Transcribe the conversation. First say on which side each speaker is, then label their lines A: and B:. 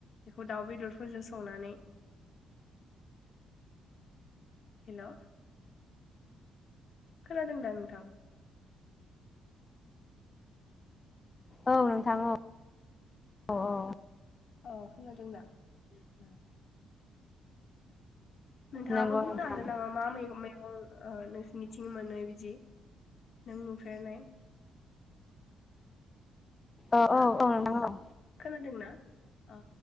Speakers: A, on the left (about 60°); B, on the left (about 30°).
A: बेखौ दाउ बेदरफोरजों संनानै हेलौ खोनादों दा नोंथां
B: औ नोंथां औ औ औ
A: अह खोदोंदा उम नोंथाङाबो
B: नंगौ
A: बुंनो
B: नोंथां
A: हागोन नामा मा मैगं मैगं ओ नोंसिनिथिं मोनो बिदि नों नुफेरनाय
B: औ औ औ नोंथां औ
A: खोनादोंना ओ